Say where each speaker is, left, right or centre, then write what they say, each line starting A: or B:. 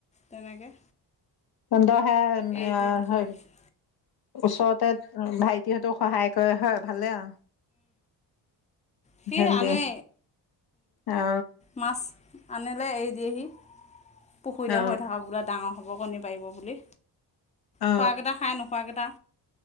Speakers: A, on the left; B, on the left.
A: তেনেকৈ
B: ফোনটো আহে
A: এৰি
B: এ
A: দি দি থৈ
B: হৈ
A: দিছে
B: ওচৰতে ভাইটিহঁতো সহায় কৰে হয়, ভালে আৰু
A: সি
B: সিহঁতি
A: আনে
B: অ
A: মাছ আনিলে এই দিয়েহি পুখুৰীতে
B: অ
A: হৈ থকা বোলে ডাঙৰ হ'ব কণী পাৰিব বুলি।
B: অ
A: খোৱা কিতা খাই নোখোৱা কেইটা